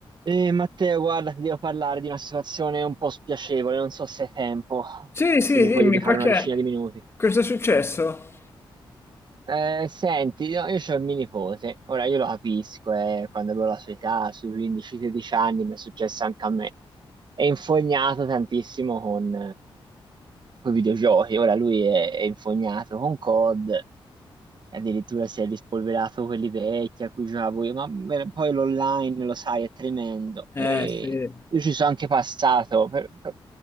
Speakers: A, on the right; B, on the left.
A: Eh, Matteo, guarda, ti devo parlare di una situazione un po' spiacevole, non so se hai tempo,
B: Sì, sì,
A: se mi
B: dimmi
A: puoi dedicare
B: perché?
A: una decina di minuti.
B: Cosa è successo?
A: Eh, senti, io, io c'ho il mio nipote, ora io lo capisco, eh, quando avevo la sua età, sui 15-16 anni, mi è successo anche a me. È infognato tantissimo con, i videogiochi, ora lui è, è infognato con COD, e addirittura si è rispolverato quelli vecchi a cui giocavo io, ma beh, poi l'online lo sai è tremendo e
B: Eh, sì.
A: io ci sono anche passato. per- per-